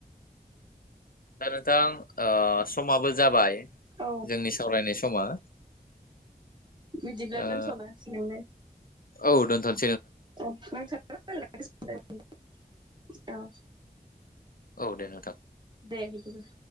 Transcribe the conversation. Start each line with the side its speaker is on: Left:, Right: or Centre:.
Left: दा नोंथां ओ। समाबो जाबाय
Right: औ
Left: जोंनि सावरायनाय समा
Right: बिदिब्लाथ'
Left: ओ
Right: दोनथ'नांसिगोन दे
Left: औ दोनथ'।
Right: अ <unintelligible> औ
Left: औ दे नोंथां।
Right: दे बिदिब्ला।